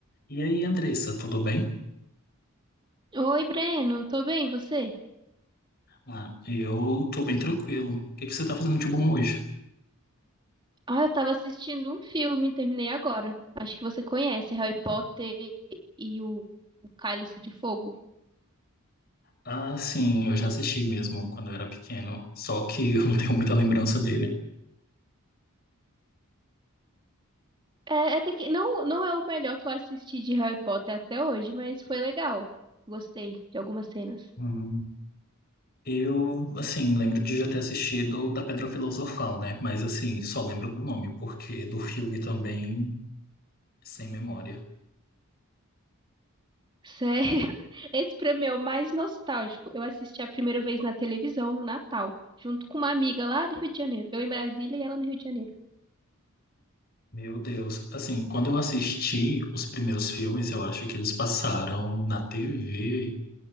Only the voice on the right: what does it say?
Oi, Breno, tô bem, e você?
Ah, eu tava assistindo um filme, terminei agora. Acho que você conhece Harry Potter e o o Cálice de Fogo.
É, é até que não, não é o melhor que eu assisti de Harry Potter até hoje, mas foi legal. Gostei de algumas cenas.
Sério? <laughs> Esse pra mim é o mais nostálgico. Eu assisti a primeira vez na televisão, no Natal, junto com uma amiga lá do Rio de Janeiro. Eu em Brasília e ela no Rio de Janeiro.